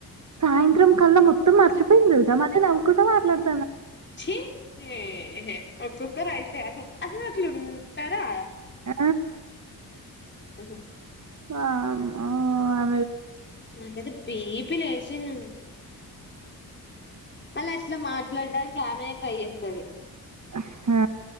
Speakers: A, on the right (about 50°); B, on the left (about 30°).
A: సాయంత్రం కల్ల మొత్తం తం మర్చిపోయింది తెల్సా మల్ల నవ్ కుంట మాట్లాడు
B: చి ఏహే దరైతే అసల్ అట్లుంటారా
A: ఆ
B: ఉహు
A: వామ్మో అ
B: మాకు అయితే బీపిలేసింది వ మళ్ళీ అట్ల మాట్లాడానికి ఆమెనే ట్రై చేస్తది
A: ఆ హా